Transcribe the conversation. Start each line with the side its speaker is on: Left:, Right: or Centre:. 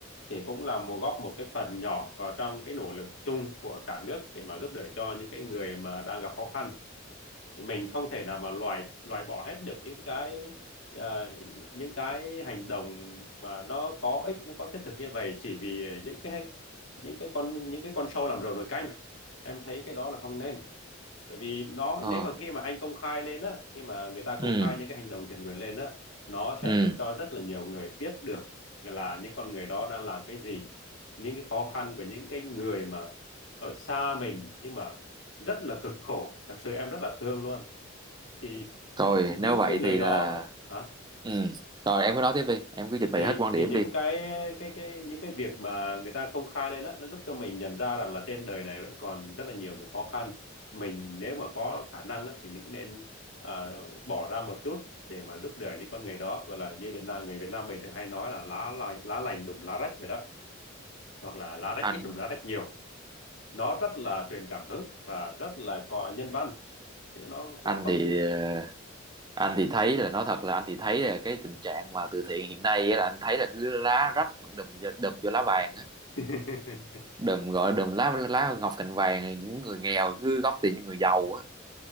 Left: thì cũng là một góp một cái phần nhỏ vào trong cái nỗ lực chung của cả nước để mà giúp đỡ cho những cái người mà đang gặp khó khăn thì mình không thể nào mà loại loại bỏ hết được những cái ờ, những cái hành động mà nó có ích nó có thiết thực như vậy chỉ vì những cái những cái con những cái con sâu làm rầu nồi canh em thấy cái đó là không nên tại vì nó nếu
Right: ờ
Left: mà khi mà anh công khai lên á khi mà người ta
Right: ừ
Left: công khai những cái hành động thiện nguyện lên á nó sẽ
Right: ừ
Left: giúp cho rất là nhiều người biết được là những con người đó đang làm cái gì những cái khó khăn của những cái người mà ở xa mình nhưng mà rất là cực khổ thật sự em rất là thương luôn thì
Right: rồi
Left: những, những
Right: nếu vậy
Left: cái người
Right: thì
Left: đó
Right: là
Left: hả
Right: ừ rồi em cứ nói tiếp đi em cứ trình
Left: thì
Right: bày hết quan điểm
Left: thì những
Right: đi
Left: cái cái cái những cái việc mà người ta công khai lên đó nó giúp cho mình nhận ra rằng là trên đời này vẫn còn rất là nhiều cái khó khăn mình nếu mà có khả năng á, thì mình cũng nên à, bỏ ra một chút để mà giúp đỡ những con người đó gọi là như Việt Nam người Việt Nam mình thường hay nói là lá lành lá lành đùm lá rách vậy đó hoặc là lá rách
Right: anh
Left: ít đùm lá rách nhiều nó rất là truyền cảm hứng và rất là có nhân văn chứ nó cũng
Right: anh
Left: không
Right: thì ờ, anh thì thấy là nói thật là anh thì thấy là cái tình trạng mà từ thiện hiện nay á là anh thấy là cứ lá rách mà đùm vô, đùm vô lá vàng á
Left: <laughs>
Right: đùm gọi là đùm lá lá ngọc cành vàng này, những người nghèo cứ góp tiền cho người giàu á